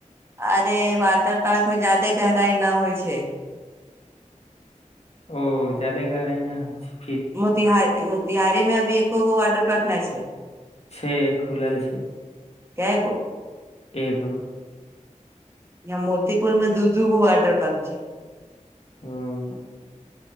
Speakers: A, on the right; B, on the left.
A: अरे वॉटर पार्क मे जायदे गहराई न होइ छै
B: ओ जादे गहराइ नहि होइ छ
A: मोतिहार मोतिहारी में अभी एकोगो वाटर पार्क नच
B: छै खुलल छ
A: क
B: एक
A: यहा मोतीपुर में दूधूू वाटर पार्क छ
B: ह